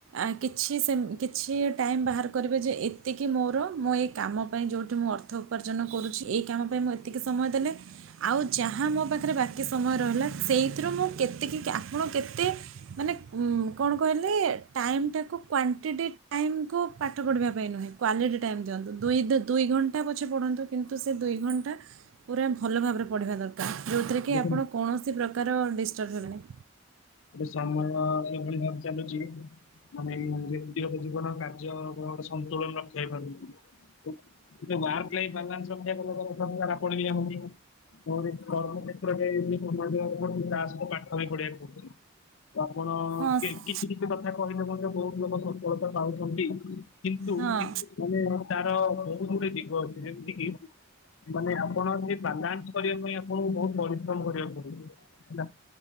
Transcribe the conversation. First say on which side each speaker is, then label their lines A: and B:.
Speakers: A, on the right; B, on the left.
A: ଆ କିଛି ସେମ୍ କିଛି ଟାଇମ୍ ବାହାର କରିବେ ଯେ ଏତିକି ମୋର ମୋ ଏ କାମ ପାଇଁ ଯୋଉଠି ମୁଁ ଅର୍ଥ ଅର୍ଥ ଉପାର୍ଜନ କରୁଛି। ଏହି କାମ ପାଇଁ ମୁଁ ଏତିକି ସମୟ ଦେଲେ ଆଉ ଯାହା ମୋ ପାଖେରେ ବାକି ସମୟ ରହିଲା ସେଇଥିରୁ ମୁଁ କେତିକି କି ଆପଣ କେତେ? ମାନେ ଉଁ କଣ କହିଲେ ଟାଇମ୍‌ ଟାକୁ କ୍ଵାଣ୍ଟିଟି ଟାଇମ୍ କୁ ପାଠ ପଢ଼ିବା ପାଇଁ ନୁହେଁ। କ୍ୱାଲିଟି ଟାଇମ୍ ଦିଅନ୍ତୁ। ଦୁଇ ଦେ ଦୁଇ ଘଣ୍ଟା ପଛେ ପଢ଼ନ୍ତୁ କିନ୍ତୁ ସେ ଦୁଇ ଘଣ୍ଟା ପୁରା ଭଲ ଭାବରେ ପଢ଼ିବା ଦରକାର ଯୋଉଥିରେ କି
B: ଗୋଟେ
A: ଆପଣ କୌଣସି ପ୍ରକାର ଡିଷ୍ଟର୍ବ ହେବେ ନାଇଁ।
B: ମୋ ସମୟ ଏଭଳି ଭାବ ଚାଲୁଚି ମାନେ ମାନେ ଯେ ବ୍ୟକ୍ତିଗତ ଜୀବନ କାର୍ଯ୍ୟ <unintelligible> ସନ୍ତୁଳନ ରକ୍ଷା ହେଇପାରୁନି। <unintelligible> <unintelligible> ସମୟ ଦବାକୁ ପଡ଼ୁଚି ତା ସହିତ ପାଠ ବି ପଢିବାକୁ ପଡ଼ୁଚି ତ ଆପଣ
A: ହଁ
B: କି
A: ସେ-
B: କିଛି ଦିନ୍ ଯୋଉଁ କଥା କହିଲେ ମଧ୍ୟ ବହୁତ ଲୋକ ସଫଳତା ପାଉଛନ୍ତି କିନ୍ତୁ
A: ହଁ
B: ମାନେ ମୋହୋ ତାର ବହୁତ୍ ଗୋଟେ ପିକ୍ ଗ ଉଛି ଯେମିତିି ମାନେ ଆପଣ ଯେ ବାଲାନସ୍‌ କରିବା ପାଇଁ ଆପଣଙ୍କୁ ବହୁତ୍ ପରିଶ୍ରମ କରିବାକୁ ପଡ଼ିବ ହେଲା